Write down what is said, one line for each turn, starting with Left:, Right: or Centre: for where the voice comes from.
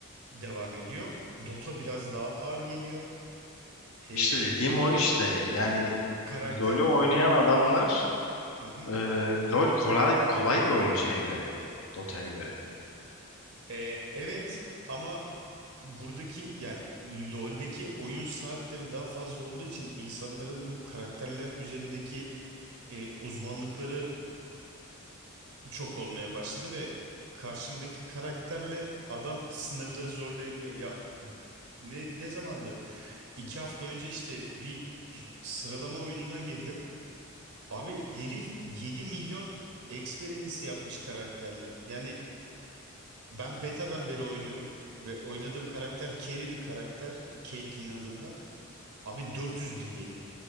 Right: devam ediyor. Dota biraz daha ağır geliyor. E,
Left: İşte dediğim o işte. Yani
Right: karakter
Left: LoL'ü oynayan adamlar
Right: hı hı.
Left: Ee, LoL kolay kolay bir oyun şeye göre. Dota'ya göre.
Right: E, evet ama buradaki yani LoL'deki oyun saatleri daha fazla olduğu için insanların bu karakterler üzerindeki e, uzmanlıkları çok olmaya başladı ve karşındaki karakterle adam sınırları zorlayabiliyor. Ya ne ne zamandı? İki hafta önce işte bir sıralama oyununa girdim. Abi herif 7 milyon experience yapmış karakterle. Yani ben beta'dan beri oynuyorum ve oynadığım karakter carry bir karakter. Caitlyn adında. Abi 400 bindeydi